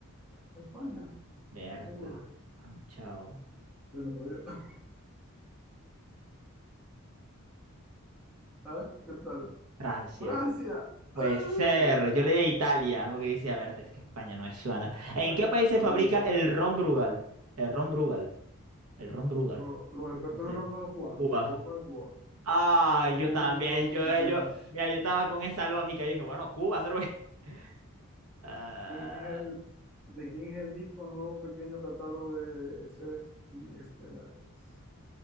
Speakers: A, in the centre; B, on the right.
A: España,
B: Berta.
A: estoy seguro.
B: Manu Chao.
A: Bueno, pero yo, <laughs> ah, ¿Qué tal?
B: Francia.
A: Francia.
B: Puede
A: ¡Ay!
B: ser, yo le di Italia, porque yo decía, a ver, es que España no es suena.
A: Espero
B: ¿En qué
A: que
B: país se
A: a
B: fabrica
A: mí me paguen.
B: el ron Brugal? El ron Brugal, el ron Brugal,
A: Lo- Los, expertos
B: no sé,
A: en ron son los cubanos,
B: Cuba.
A: pues yo voy a poner Cuba.
B: Ah,
A: República
B: yo también,
A: Dominicana.
B: yo, yo, mira, yo estaba con esa lógica, y dije, bueno, Cuba, ser <laughs> Ah,
A: ¿Quién es el, de quién es el disco nuevo pequeño catálogo de seres y estelares?